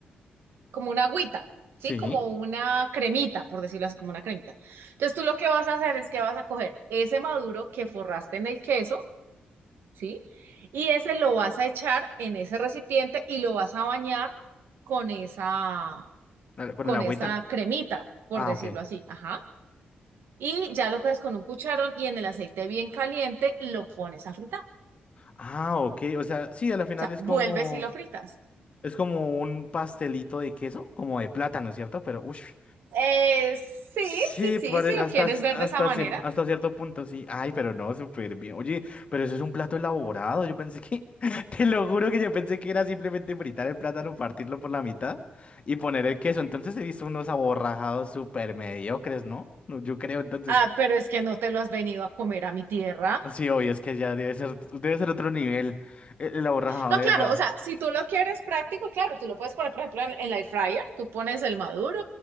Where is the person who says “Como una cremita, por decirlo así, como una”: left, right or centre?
Right